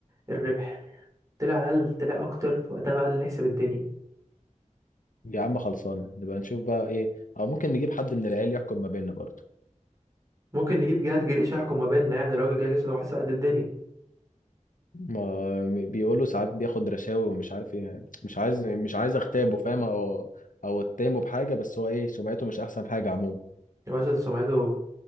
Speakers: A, on the right; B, on the left.
A: الربح طلع اقل طلع اكتر وقتها بقى نحسب الدنيا
B: يا عم خلصان نبقى نشوف بقى إيه أو ممكن نجيب حد من العيال يحكم ما بيننا برضه
A: ممكن نجيب جهات جريش يحكم ما بيننا يعني الراجل جاي عشان هو حاسب قد الدنيا
B: ما بيقولوا ساعات بياخد رشاوي ومش عارف إيه يعني مش عايز مش عايز أغتابه فاهم أو أو أتهمه بحاجة بس هو إيه سمعته مش أحسن حاجة عموما
A: يا باشا ده سمعته